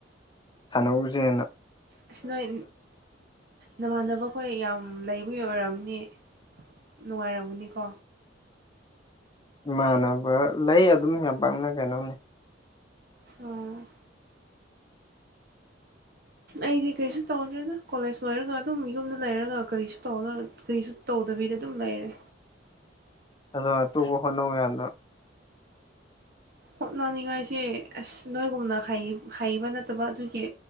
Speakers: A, on the left; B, on the right.
A: ꯁꯥꯟꯧꯔꯖꯦꯅ
B: ꯑꯁ ꯅꯣꯏ ꯅꯃꯥꯟꯅꯕ ꯑꯩꯈꯣꯏ ꯌꯥꯝ ꯂꯩꯕꯒꯤ ꯑꯣꯏꯔꯝꯅꯤ ꯅꯨꯡꯉꯥꯏꯔꯝꯒꯅꯤꯀꯣ
A: ꯏꯃꯥꯟꯅꯕ ꯂꯩ ꯑꯗꯨꯝ ꯌꯥꯝ ꯄꯥꯛꯅ ꯀꯩꯅꯣꯝꯅꯤ
B: ꯑꯣ ꯑꯩꯗꯤ ꯀꯔꯤꯁꯨ ꯇꯧꯗ꯭ꯔꯦꯅ ꯀꯣꯂꯦꯖ ꯂꯣꯏꯔꯒ ꯑꯗꯨꯝ ꯌꯨꯝꯗ ꯂꯩꯔꯒ ꯀꯔꯤꯁꯨ ꯇꯧꯅ ꯀꯔꯤꯁꯨ ꯇꯧꯗꯕꯤꯗ ꯑꯗꯨꯝ ꯂꯩꯔꯦ
A: ꯑꯣ ꯑꯇꯣꯞꯄ ꯍꯣꯠꯅꯧ ꯌꯥꯗ꯭ꯔꯣ
B: ꯍꯣꯠꯅꯅꯤꯡꯉꯥꯏꯁꯦ ꯑꯁ ꯅꯣꯏꯒꯨꯝꯅ ꯍꯩꯕ ꯅꯠꯇꯕ ꯑꯗꯨꯒꯤ